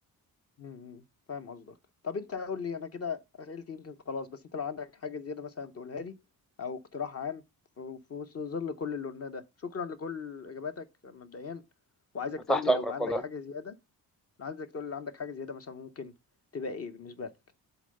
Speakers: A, on the left; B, in the centre.
A: امم فاهم قصدك طب انت قول لي انا كده اسئلتي يمكن خلاص بس انت لو عندك حاجه زياده مثلا تقولها لي او اقتراح عام في في وسط ظل كل اللي قلناه ده شكرا لكل اجاباتك مبدئيا وعايزك تقول
B: تحت
A: لي
B: امرك
A: لو بقى عندك
B: والله
A: حاجه زياده لو عايزك تقول لي لو عندك حاجه زياده مثلا ممكن تبقى ايه بالنسبه لك